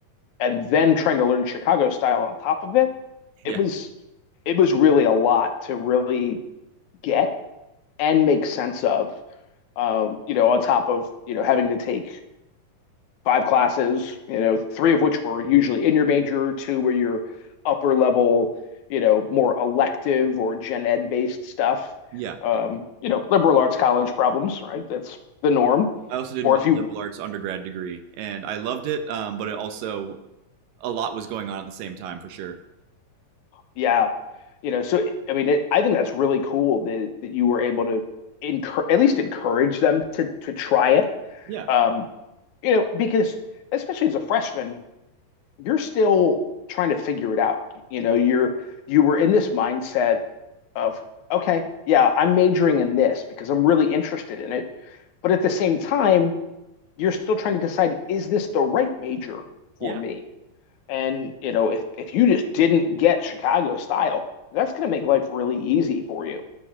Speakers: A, on the left (about 65°); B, on the right (about 80°).
A: and then trying to learn chicago style on top of it it
B: Yeah,
A: was it was really a lot to really get and make sense of um, you know on top of you know having to take five classes, you know, three of which were usually in your major, two were your upper level, you know, more elective or gen ed based stuff.
B: yeah,
A: Um,
B: yeah.
A: you know, liberal arts college problems, right? That's the norm.
B: I also did
A: Or
B: a
A: if you,
B: liberal arts undergrad degree, and I loved it. Um, but it also a lot was going on at the same time for sure.
A: yeah, you know, so I mean, it, I think that's really cool that, that you were able to encourage, at least encourage them to to try it.
B: Yeah,
A: Um, you know, because especially as a freshman, you're still trying to figure it out. You know, you're you were in this mindset of okay, yeah, I'm majoring in this because I'm really interested in it. But at the same time, you're still trying to decide is this the right major for
B: yeah,
A: me? And you know, if if you just didn't get Chicago style, that's going to make life really easy for you.